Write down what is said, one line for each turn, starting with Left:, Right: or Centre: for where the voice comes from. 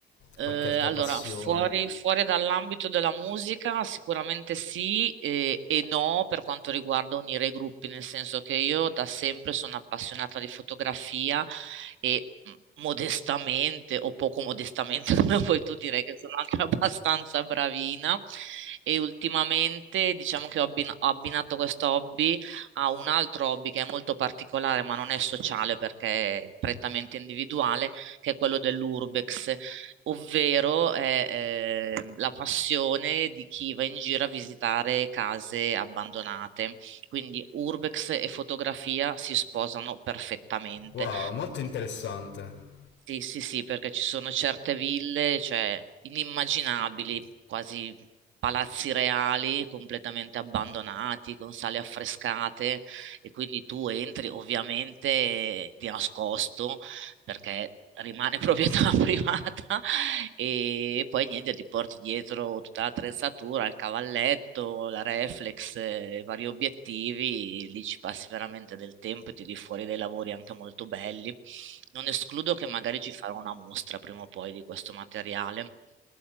Right: Eh,
Left: Qualche altra
Right: allora,
Left: passione?
Right: fuori, fuori dall'ambito della musica, sicuramente sì e, e no per quanto riguarda unire i gruppi, nel senso che io da sempre sono appassionata di fotografia e mh, modestamente o poco modestamente, <laughs> come puoi tu, direi che sono anche <laughs> abbastanza bravina e ultimamente diciamo che ho abbin- ho abbinato questo hobby a un altro hobby che è molto particolare, ma non è sociale perché è prettamente individuale, che è quello dell'urbex ovvero è eh, la passione di chi va in giro a visitare case abbandonate. Quindi urbex e fotografia si sposano perfettamente.
Left: Wow, molto interessante.
Right: Sì, sì, sì, perché ci sono certe ville, cioè inimmaginabili, quasi palazzi reali completamente abbandonati, con sale affrescate e quindi tu entri ovviamente di nascosto perché rimane proprietà <laughs> privata e poi niente, ti porti dietro tutta l'attrezzatura, il cavalletto, la reflex, eh, i vari obiettivi, lì ci passi veramente del tempo e tiri fuori dei lavori anche molto belli. Non escludo che magari ci farò una mostra prima o poi di questo materiale.